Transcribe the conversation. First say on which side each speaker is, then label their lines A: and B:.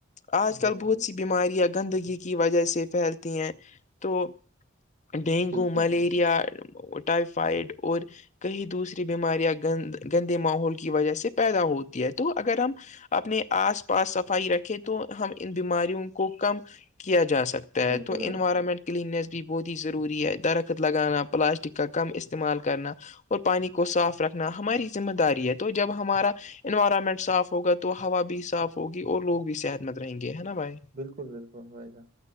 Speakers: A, on the left; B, on the right.
A: آج کل
B: بالکل
A: بہت سی بیماریاں گندگی کی وجہ سے پھیلتی ہیں تو ڈینگو
B: بالکل
A: ملیریا ٹائیفائیڈ اور کہیں دوسری بیماریاں گند گندے ماحول کی وجہ سے پیدا ہوتی ہے تو اگر ہم اپنے آس پاس صفائی رکھے تو ہم ان بیماریوں کو کم کیا جا سکتا تا
B: بالکل
A: ہے تو
B: بھائی
A: انوائرمنٹ کلیننیس بھی بہت ہی ضروری ہے درخت لگانا پلاسٹک کا کم استعمال کرنا اور پانی کو صاف رکھنا ہماری ذمہ داری ہے تو جب ہمارا انوائرمنٹ صاف ہوگا تو ہوا بھی صاف ہوگی اور لوگ بھی صحت مند رہیں گے ہے نا بھائی
B: بالکل بالکل وائی جان